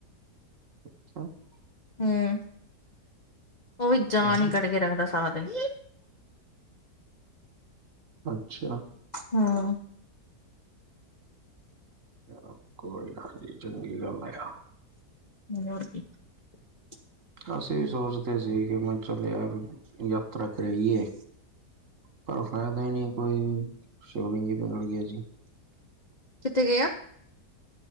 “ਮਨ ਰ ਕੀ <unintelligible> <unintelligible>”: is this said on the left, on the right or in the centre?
Left